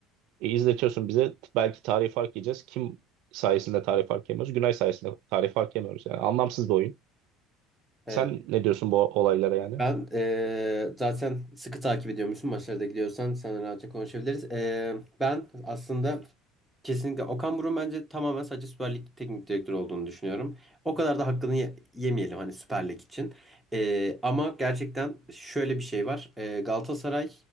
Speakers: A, on the right (about 60°); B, in the centre.
A: E, izletiyorsun bize belki tarih fark yiyeceğiz. Kim sayesinde tarih fark yemiyoruz? Günay sayesinde tarih fark yemiyoruz. Yani anlamsız bir oyun.
B: Evet.
A: Sen ne diyorsun bu olaylara yani?
B: Ben eee, zaten sıkı takip ediyormuşum maçlara da gidiyorsan sana rahatça konuşabiliriz. Eee, ben aslında kesinlikle Okan Buruk'un bence tamamen sadece Süper Lig teknik direktörü olduğunu düşünüyorum. O kadar da hakkını ye- yemeyelim hani Süper Lig için. Eee, ama gerçekten şöyle bir şey var. Eee, Galatasaray